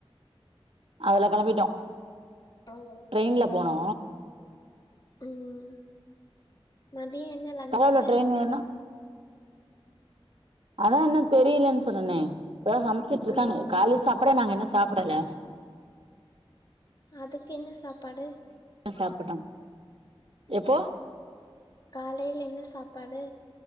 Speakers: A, on the right; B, on the left.
A: அதுல கிளம்பிட்டோ
B: ஆ ஓ
A: ட்ரெயின்ல போனோ
B: ம் மதிய என்ன லன்சு
A: பரவால்ல ட்ரெயின் ஏறுனா அதான் இன்னும் தெரியலன் சொன்னனே இப்பதா சமைச்சிட்டுருக்காங்க
B: ம்
A: கால சாப்படே நாங்க இன்னு சாப்டல
B: அதுக்கென்ன சாப்பாடு
A: சாப்பிட்டாம் எப்போ
B: காலையில என்ன சாப்பாடு